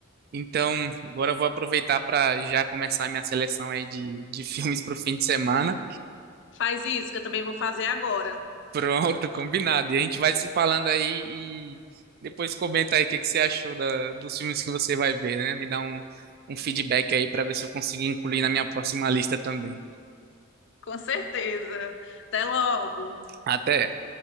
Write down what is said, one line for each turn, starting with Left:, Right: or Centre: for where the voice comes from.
Right: então, agora eu vou aproveitar para já começar a minha seleção aí de, de <laughs> filmes para o fim de semana.
Left: Faz isso que eu também vou fazer agora.
Right: Pronto, <laughs> combinado. E a gente vai se falando aí e depois comenta aí o que que você achou da- dos filmes que você vai ver, né? Me dá um, um feedback aí para ver se eu consigo incluir na minha próxima lista também.
Left: Com certeza. Até logo.
Right: Até.